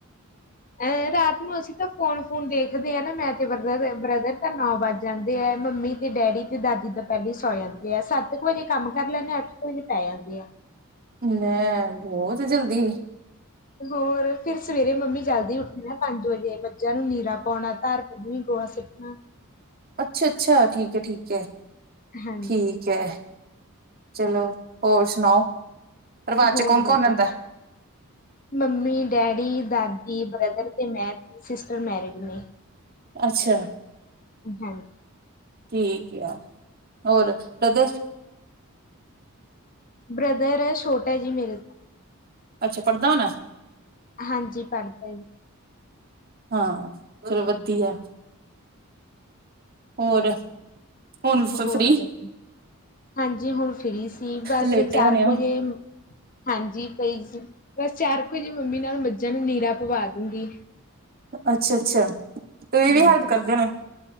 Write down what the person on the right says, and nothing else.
ਲੈ ਬੋਤ ਜਲਦੀ।
ਅੱਛਾ-ਅੱਛਾ, ਠੀਕ ਏ, ਠੀਕ ਏ,
ਠੀਕ ਏ। ਚਲੋ ਹੋਰ ਸੁਣਾਓ, ਪਰਿਵਾਰ ਚ
ਕੌਣ
ਕੌਣ ਰੈਂਦੈ।
ਅੱਛਾ।
ਠੀਕ ਆ। ਹੋਰ ਬ੍ਰਦਰ
ਅੱਛਾ ਪੜ੍ਹਦਾ ਹੋਨਾ।
ਹਾਂ ਚਲੋ ਵਧੀਆ। ਹੋਰ ਹੁਣ
ਫਰੀ
ਲੇਟੇ
ਹੋਣੇ ਓ।
ਅੱਛਾ-ਅੱਛਾ ਤੂਹੀ ਵੀ
ਹੈਲਪ ਕਰਦੇ ਹੋਨੇ।